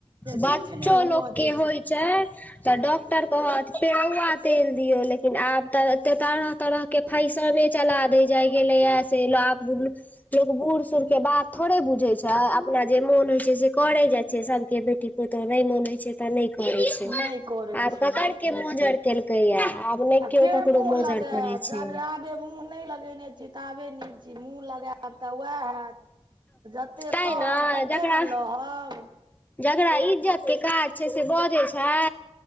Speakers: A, on the right (about 45°); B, on the left (about 15°).
A: जे
B: बच्चो
A: किछु नहि हुअ
B: लोक के
A: दै
B: होइ छै तऽ डॉक्टर कहत पेरौआ तेल दियौ लेकिन आब तऽ एते तरह तरह के फैशने चला दै जाय गेलैये से लाभ लोक बूढ़ सूढ़ के बात थोड़े बुझै छै अपना जे मोन होइ छै से करै जाइ छै सब के बेटी पोतहु नहि मोन छै तऽ नहि करे छै
A: नहि करै
B: आब
A: छै
B: ककर के मजर केलकैया आब नहि
A: आ
B: केओ
A: के
B: ककरो
A: मुँह
B: मोजर
A: लगे,
B: करै
A: जब
B: छै
A: जाबे मुँह नहि लगेने छी ताबे नीक। मुँह लगायब तऽ वैह हैत, जते
B: तै
A: सहब
B: ने
A: तते
B: जकरा
A: ने लहब।
B: जकरा इज्जत के काज छै से बजै छै।